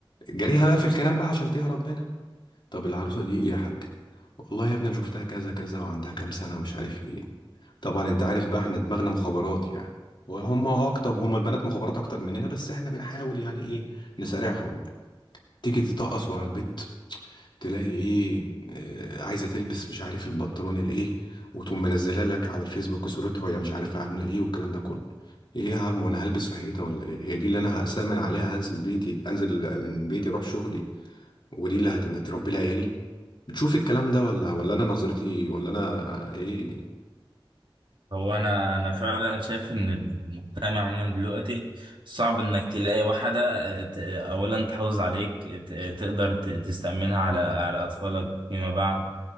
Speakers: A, on the left; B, on the right.
A: جريها بقى في الكلام بقى عشان تهرب منها طب العروسة دي ايه يا حاج والله يا ابني انا شفتها كذا كذا وعندها كام سنة ومش عارف ايه طبعا انت عارف بقى احنا دماغنا مخابرات يعني وهم اكتر هم البنات مخابرات اكتر مننا بس احنا بنحاول يعني ايه نسارعهم تيجي تطقص ورا البيت تلاقي ايه آه، عايزه تلبس مش عارف البنطلون الايه وتقوم منزلها لك على الفيسبوك صورتها وهي مش عارفه عامله ايه والكلام ده كله ايه يا عم وانا هلبس في حيطه ولا ايه هي دي اللي انا هأسامن عليها هنزل بيتي انزل من بيتي اروح شغلي ودي اللي هتبقى تربي لي عيالي بتشوف الكلام ده ولا ولا انا نظرتي ولا انا آه، ايه
B: هو انا انا فعلا شايف ان المجتمع عموما دلوقتي صعب انك تلاقي واحدة آه، ت- اولا تحافظ عليك ت- تقدر ت- تستأمنها على على اطفالك فيما بعد